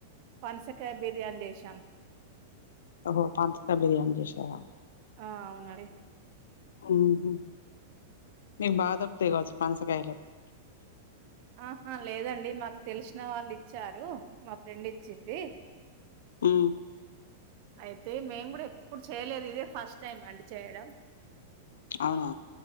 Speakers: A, on the right; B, on the left.
A: పనసకాయ బిర్యానీ జేసాం
B: ఒహో పంసకాయ్ బిర్యానీ చేసారా
A: ఆ అవున <inaudible> డి
B: ఊహు మీకు బాగా దొర్కుతాయి కావచ్చు పన్సకాయలు
A: ఆహా లేదండి మాకు తెలిసిన వాళ్ళు ఇచ్చారు మా ఫ్రెండ్ ఇచ్చింది
B: ఉ
A: అయితే మేం గూడ ఎప్పుడు చేయలేదు ఇదే ఫస్ట్ టైం అండి చేయడం
B: అవునా